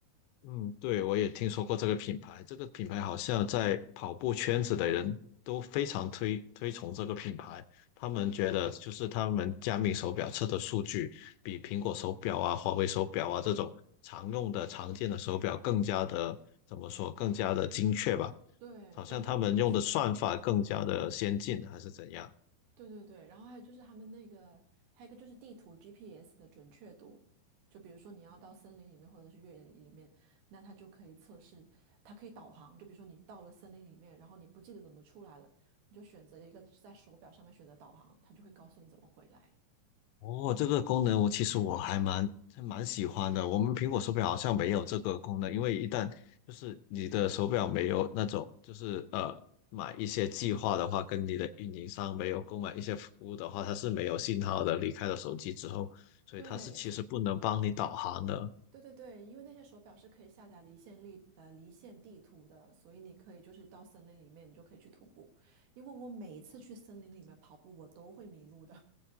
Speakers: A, on the left (about 80°); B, on the right (about 70°).
A: 嗯，对，我也听说过这个品牌，这个品牌好像在跑步圈子的人都非常推推崇这个品牌。他们觉得就是他们佳明手表测的数据比苹果手表啊、华为手表啊这种常用的、常见的手表更加的怎么说，更加的精确吧？
B: 对，
A: 好像他们用的算法更加的先进，
B: 更加准确。
A: 还是怎样？
B: 对对对，然后还有就是他们那个，还有一个就是地图 GPS 的准确度，就比如说你要到森林里面或者是越野里面，那它就可以测试，它可以导航。就比如说你到了森林里面，然后你不记得怎么出来了，你就选择一个在手表上面选择导航，它就会告诉你怎么回来。
A: 哦，这个功能我其实我还蛮还蛮喜欢的。我们苹果手表好像没有这个功能，因为一旦就是你的手表没有那种就是呃买一些计划的话，跟你的运营商没有购买一些服务的话，它是没有信号的。离开了手机之后，所以它是其实不能帮你导航的。
B: 对对对对，因为那些手表是可以下载离线地呃离线地图的，所以你可以就是到森林里面，你就可以去徒步。因为我每一次去森林里面跑步，我都会迷路的，